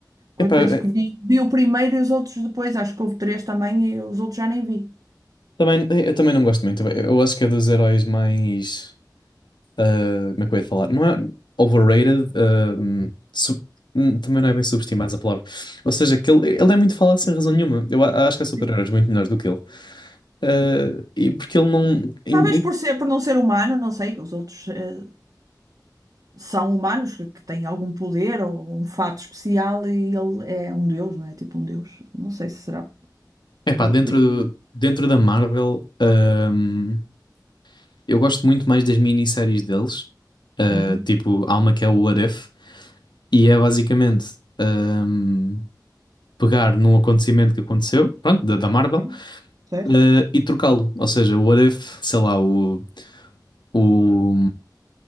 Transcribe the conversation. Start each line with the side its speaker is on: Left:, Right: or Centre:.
Left: Epá,
Right: Eu penso
Left: eh,
Right: que vi, vi o primeiro e os outros depois. Acho que houve três também e os outros já nem vi.
Left: também, eh, eu também não gosto muito. Eu eu acho que é dos heróis mais. ah, como é que eu ia falar? Não é overrated, ah, hum, su- hum, também não é bem subestimado a palavra. Ou seja, que ele, ele é muito falado sem razão nenhuma. Eu a- acho que há super-heróis
Right: Sim.
Left: muito melhores do que ele. Ah, e porque ele não. em-
Right: Talvez
Left: em-
Right: por ser, por não ser humano, não sei, que os outros eh, são humanos, que, que têm algum poder ou um fato especial e ele é um deus, não é? Tipo um deus. Não sei se será.
Left: Epá,
Right: Talvez
Left: dentro,
Right: por isso.
Left: dentro da Marvel, hum, eu gosto muito mais das minisséries deles. Ah,
Right: Uhum.
Left: tipo, há uma que é o What If, e é basicamente hum, pegar num acontecimento que aconteceu, pronto, da, da Marvel,
Right: Sim, certo.
Left: eh, e trocá-lo. Ou seja, o What If, sei lá, o. o,